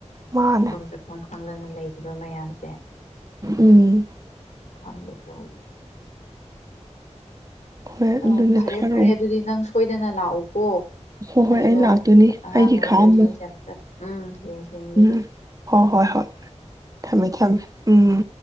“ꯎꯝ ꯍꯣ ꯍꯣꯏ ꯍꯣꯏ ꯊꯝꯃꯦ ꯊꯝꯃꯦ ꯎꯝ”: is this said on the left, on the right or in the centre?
Right